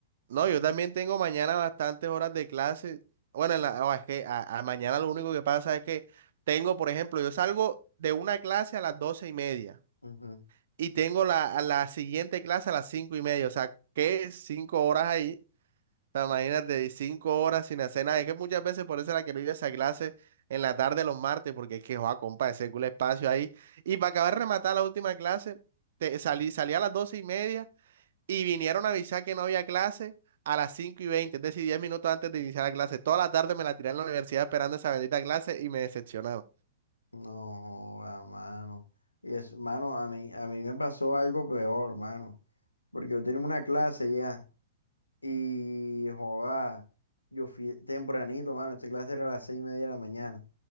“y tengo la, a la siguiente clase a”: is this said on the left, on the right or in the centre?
Right